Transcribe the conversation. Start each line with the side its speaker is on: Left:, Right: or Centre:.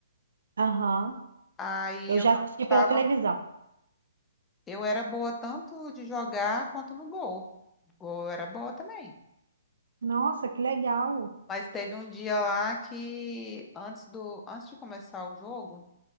Right: Aham.
Left: Aí
Right: Eu
Left: eu
Right: já
Left: gostava,
Right: assisti pela televisão.
Left: eu era boa tanto de jogar quanto no gol. Gol eu era boa também.
Right: Nossa, que legal.
Left: Mas teve um dia lá que antes do, antes de começar o jogo,